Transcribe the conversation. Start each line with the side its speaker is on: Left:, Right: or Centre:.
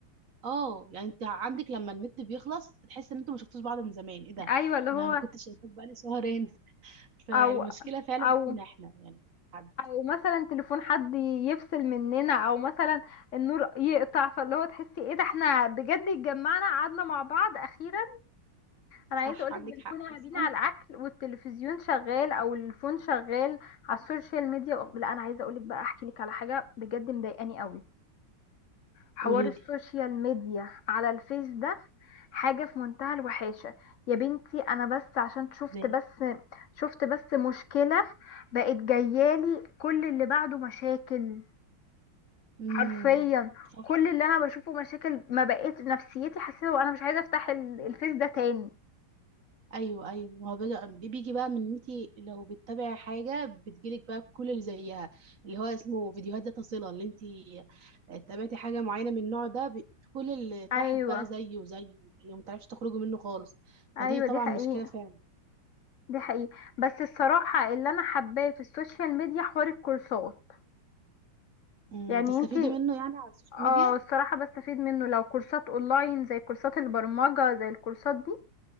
Right: اه يعني انت عندك لما النت بيخلص تحس ان انتوا ما شفتوش بعض من زمان ايه ده
Left: ايوه اللي هو
Right: انا ما كنتش شايفاك بقالي شهرين فالمشكلة
Left: او
Right: فعلا
Left: او
Right: فينا احنا يعني حد
Left: ومثلا تليفون حد يفصل مننا او مثلا النور يقطع فاللي هو تحسي ايه ده احنا بجد اتجمعنا قعدنا مع بعض اخيرا انا
Right: صح
Left: عايزه اقولك
Right: عندك
Left: بنكون
Right: حق
Left: قاعدين
Right: اصلا
Left: على الاكل والتلفزيون شغال او الفون شغال على السوشيال ميديا لا انا عايزه اقولك بقى احكي لك على حاجه بجد مضايقاني قوي حوار
Right: قولي
Left: السوشيال
Right: لي
Left: ميديا على الفيس ده حاجه في منتهى الوحاشه يا بنتي انا بس عشان شفت
Right: ازاي
Left: بس شفت بس مشكله بقت جايالي كل اللي بعده مشاكل
Right: امم
Left: حرفيا
Right: صح
Left: كل اللي انا بشوفه مشاكل ما بقيت نفسيتي حسيت وانا مش عايزه افتح ال- الفيس ده تاني
Right: ايوه ايوه ما هو بيجي دي بيجي بقى من إن انتي لو بتتابعي حاجه بتجيلك بقى كل اللي زيها اللي هو اسمه فيديوهات ذات صله اللي انتي تابعتي حاجه معينه من النوع ده ب- كل اللي تحت
Left: ايوه
Right: بقى زيه زيه يعني ما تعرفش تخرجي منه خالص
Left: ايوه
Right: فدي طبعا
Left: دي حقيقه
Right: مشكله فعلا
Left: دي حقيقه بس الصراحه اللي انا حباه في السوشيال ميديا حوار الكورسات
Right: امم
Left: يعني
Right: تستفيدي
Left: انتي
Right: منه يعني على السوشيال
Left: اه
Right: ميديا
Left: الصراحه بستفيد منه لو كورسات اونلاين زي كورسات البرمجه زي الكورسات دي